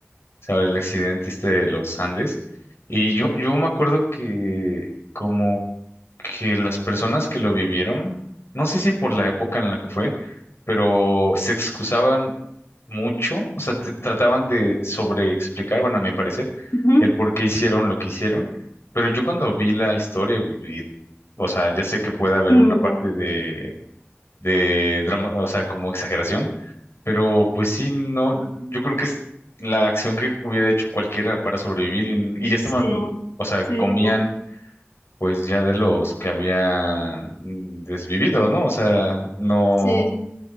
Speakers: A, on the left; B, on the left.
A: sobre el accidente este de los Andes. Y yo, yo me acuerdo que como que las personas que lo vivieron, no sé si por la época en la que fue, pero se excusaban mucho, o sea, te- trataban de sobreexplicar, bueno, a mi parecer,
B: Ujú.
A: el por qué hicieron lo que hicieron. Pero yo cuando vi la historia, y- y, o sea, ya sé que puede haber
B: Mm,
A: una parte
B: ya.
A: de de drama, o sea, como exageración, pero pues sí, no, yo creo que es la acción que hubiera hecho cualquiera para sobrevivir y, y ya estaban,
B: Sí,
A: o sea,
B: sí,
A: comían
B: sí,
A: pues ya de los que habían desvivido, ¿no? O sea, no,
B: sí.